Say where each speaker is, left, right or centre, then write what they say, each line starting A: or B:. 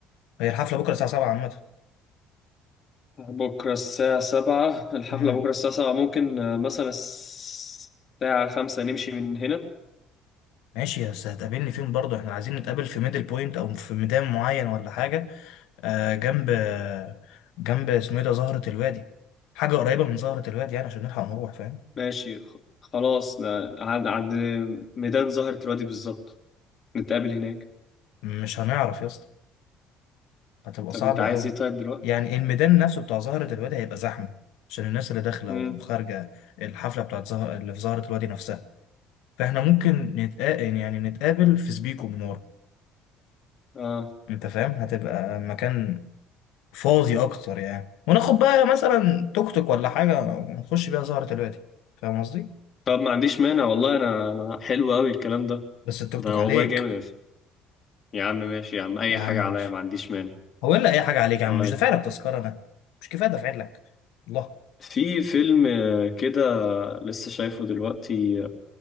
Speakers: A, on the left; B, on the left.
A: هي الحفله بكره الساعه 7 عامه
B: بكرة الساعة سبعة الحفلة
A: امم
B: بكرة الساعة سبعة ممكن آه، مثلا الساعة خمسة نمشي من هنا
A: ماشي بس هتقابلني فين برضه احنا عايزين نتقابل في ميدل بوينت او في ميدان معين ولا حاجه آه جنب جنب اسمه ايه ده زهره الوادي حاجه قريبه من زهره الوادي يعني عشان نلحق نروح فاهم
B: ماشي خ- خلاص ن- عند عند ميدان زهرة الوادي بالظبط نتقابل هناك
A: مش هنعرف يا اسطى هتبقى
B: طب
A: صعبه
B: انت عايز
A: قوي
B: ايه طيب دلوقتي
A: يعني الميدان نفسه بتاع زهره الوادي هيبقى زحمه عشان الناس اللي داخله
B: امم
A: وخارجه الحفله بتاعت زهر اللي في زهره الوادي نفسها فاحنا ممكن نتقابل يعني نتقابل في سبيكو من ورا
B: اه
A: انت فاهم هتبقى مكان فاضي اكتر يعني وناخد بقى مثلا توك توك ولا حاجه ونخش بيها سهره الوادي فاهم قصدي
B: طب ما عنديش مانع والله انا انا حلو قوي الكلام ده
A: بس التوك
B: ده
A: توك عليك
B: والله جامد يا عم ماشي يا عم اي
A: يا
B: حاجة
A: عم ماشي
B: عليا ما عنديش مانع
A: هو الا اي حاجه عليك يا
B: طيب
A: عم مش دافع لك تذكره انا مش كفايه دافع لك الله
B: في فيلم آه، كده لسه شايفه دلوقتي